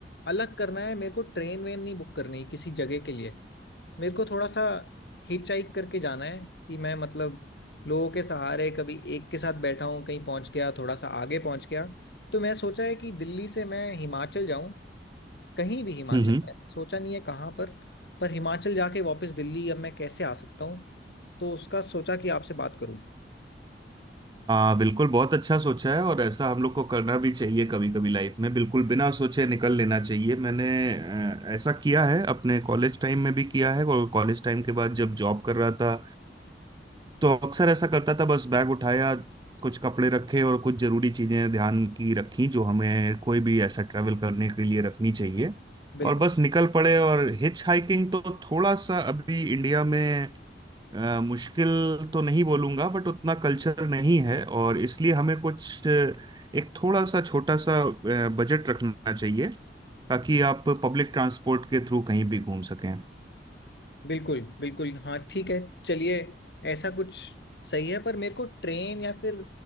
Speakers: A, on the left; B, on the right.
A: अलग करना है मेरे को ट्रेन वेन नहीं बुक करनी किसी जगह के लिए मेरे को थोड़ा सा हिच हाइक करके जाना है कि मैं मतलब लोगों के सहारे कभी एक के साथ बैठा हूँ कहीं पहुंच गया थोड़ा सा आगे पहुंच गया तो मैं सोचा है कि दिल्ली से मैं हिमाचल जाऊं कहीं भी हिमाचल
B: हम्म
A: में सोचा नहीं है कहाँ पर पर हिमाचल जाके वापस दिल्ली अब मैं कैसे आ सकता हूँ तो उसका सोचा कि आपसे बात करूँ
B: हाँ बिल्कुल बहुत अच्छा सोचा है और ऐसा हम लोग को करना भी चाहिए कभी कभी लाइफ में बिल्कुल बिना सोचे निकल लेना चाहिए मैंने अ, ऐसा किया है अपने कॉलेज टाइम में भी किया है और कॉलेज टाइम के बाद जब जॉब कर रहा था तो अक्सर ऐसा करता था बस बैग उठाया कुछ कपड़े रखे और कुछ जरूरी चीजें ध्यान की रखी जो हमें कोई भी ऐसा ट्रैवल करने के लिए रखनी चाहिए
A: बिल्कुल
B: और बस निकल पड़े और हिच हाइकिंग तो थोड़ा सा अभी इंडिया में अ, मुश्किल तो नहीं बोलूंगा बट उतना कल्चर नहीं है और इसलिए हमें कुछ अ, एक थोड़ा सा छोटा सा बजट रखना चाहिए ताकि आप पब्लिक ट्रांसपोर्ट के थ्रू कहीं भी घूम सकें
A: बिल्कुल बिल्कुल हाँ ठीक है चलिए ऐसा कुछ सही है पर मेरे को ट्रेन या फिर